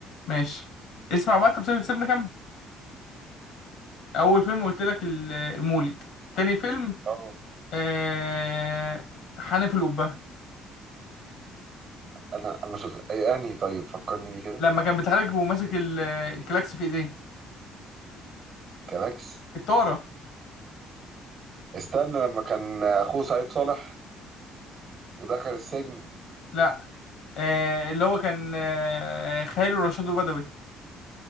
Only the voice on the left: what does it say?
ماشي اسمع بقى انت سيبنا كمل اول فيلم قلت لك ال- المولد تاني فيلم
آه حنف القبه
لما كان بيتحرك وماسك ال- الكلاكس في ايديه
الطاره
لا آه اللي هو كان آه خاله رشاد بدوي